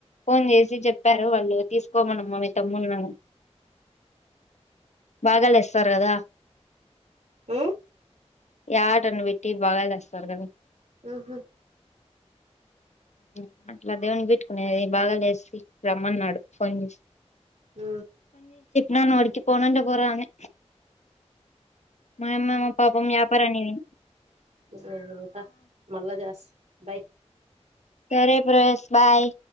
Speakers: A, on the left; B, on the right.
A: ఫోన్ చేసి చెప్పారు వాళ్ళు తీసుకోమనీ మీ తమ్ముడిని అని బాగాలేస్తారు కదా
B: ఉ
A: యాటను బెట్టి భాగాలేస్తా స్తారు కదా
B: ఆహా
A: ఉ అట్లా దేవునికి పెట్టుకునే బావ లేసి రమ్మన్నాడు ఫోన్ చేసి
B: ఊ
A: నాను వాడికి పోనంట పోరా అని మా యమ్మ మేమో పాపం వ్యాపారానికి పోయింది.
B: నేనుంట మళ్ళ జెస్స బైయ్
A: సరే ప్రశ్ బాయ్